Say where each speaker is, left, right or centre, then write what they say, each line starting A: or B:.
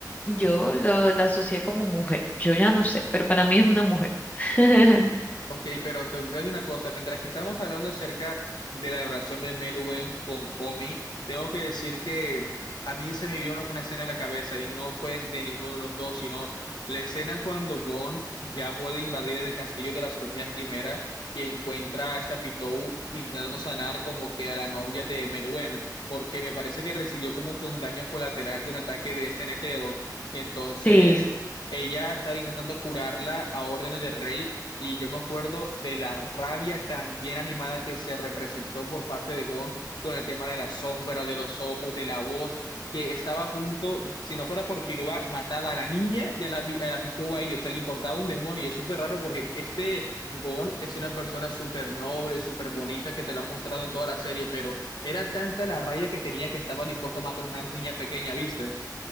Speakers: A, on the left; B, on the left.
A: yo lo, la asocié como mujer. Yo ya no sé, pero para mí es una mujer. <laughs>
B: Ok, pero te voy a decir una cosa, mientras que estamos hablando acerca de la relación de Meruem con Komi, tengo que decir que a mí se me vino una, una escena a la cabeza y no fue de ninguno de los dos, sino la escena cuando Gon ya puede invadir el castillo de la hormigas Quimera y encuentra a esta Pitou intentando sanar como que a la novia de Meruem, porque me parece que recibió como que un daño colateral de un ataque de este netero, y entonces...
A: Sí.
B: Ella estaba intentando curarla a órdenes del rey y yo me acuerdo de la rabia tan bien animada que se representó por parte de Gon con el tema de la sombra, de los ojos, de la voz, que estaba a punto, si no fuera por Killua, mataba a la niña y a la, vi- a la pitúa ahí, o sea, le importaba un demonio. Y es súper raro porque este Gon es una persona súper noble, súper bonita, que te lo han mostrado en toda la serie, pero era tanta la rabia que tenía que estaba dispuesto a matar a una niña pequeña, ¿viste?